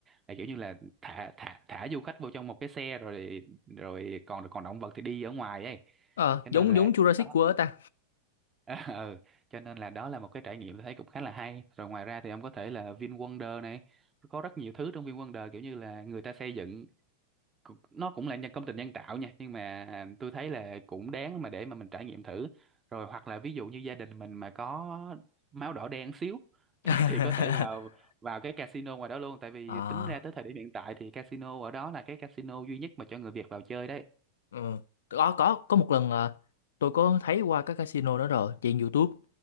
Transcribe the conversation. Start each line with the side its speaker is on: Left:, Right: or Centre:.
Right: là kiểu như là thả thả thả du khách vô trong một cái xe rồi rồi còn còn động vật thì đi ở ngoài ấy
Left: ờ
Right: cho
Left: giống
Right: nên là
Left: giống Jurassic
Right: đó
Left: World ta
Right: <laughs> ừ. cho nên là đó là một cái trải nghiệm tôi thấy cũng khá là hay rồi ngoài ra thì ông có thể là VinWonder này có rất nhiều thứ trong VinWonder kiểu như là người ta xây dựng cũng- nó cũng là nhân công trình nhân tạo nha nhưng mà tôi thấy là cũng đáng mà để mà mình trải nghiệm thử rồi hoặc là ví dụ như gia đình mình mà có máu đỏ đen xíu <laughs> thì
Left: <laughs>
Right: thì có thể vào vào cái casino ngoài đó luôn tại vì
Left: à
Right: tính ra tới thời điểm hiện tại thì casino ở đó là cái casino duy nhất mà cho người Việt vào chơi đấy
Left: Ờ, có có có một lần à, tôi có thấy qua các casino đó rồi trên YouTube